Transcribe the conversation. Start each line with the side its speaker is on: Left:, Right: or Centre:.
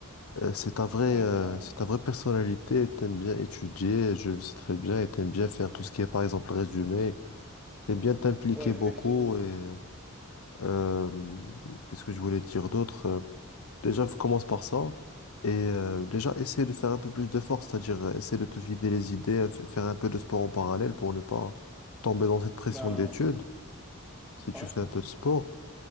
Left: euh, c'est ta vraie,
Centre: Ouais,
Left: euh,
Centre: ben,
Left: c'est ta vraie personnalité. Tu aimes bien étudier, je le sais très bien, et tu aimes bien faire tout ce qui est, par exemple, résumé. Tu aimes bien t'impliquer
Centre: ouais, effectivement.
Left: beaucoup et. euh, Qu'est-ce que je voulais dire d'autre? Déjà, f- commence par ça. Et euh, déjà, essaie de faire un peu plus d'efforts, c'est-à-dire euh, essaie de te vider les idées, euh, f- faire un peu de sport en parallèle pour ne pas tomber dans cette pression
Centre: Ben,
Left: d'études, si tu
Centre: ouais.
Left: fais un peu de sport.